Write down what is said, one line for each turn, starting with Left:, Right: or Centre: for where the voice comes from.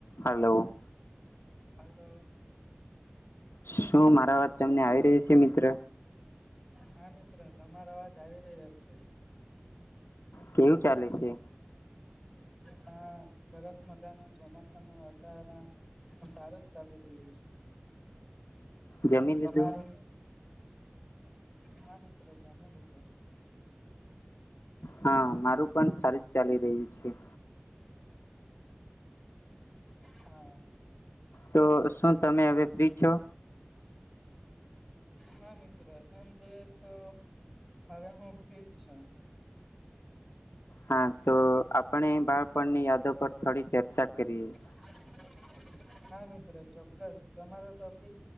Left: હેલો.
Centre: હેલો.
Left: શું મારો અવાજ તમને આવી રહ્યો છે મિત્ર?
Centre: હા મિત્ર તમારો અવાજ આવી રહ્યો છે.
Left: કેવું ચાલે છે?
Centre: હા સરસ મજા નું ચોમાસા નું વાતાવરણ હ સારું જ ચાલુ રહ્યું છે.
Left: જમી
Centre: તમારુ.
Left: લીધું
Centre: હા મિત્ર જમી લીધું.
Left: હા મારું પણ સારી જ ચાલી રહ્યું છે.
Centre: હા.
Left: તો શું તમે હવે ફ્રી છો?
Centre: હા મિત્ર એમ તો તો હવે હું ફ્રી જ છું.
Left: હા તો આપણે બાળપણની યાદો પર થોડી ચર્ચા કરીએ.
Centre: <inaudible> હા મિત્ર ચોક્કસ તમારો ટોપિક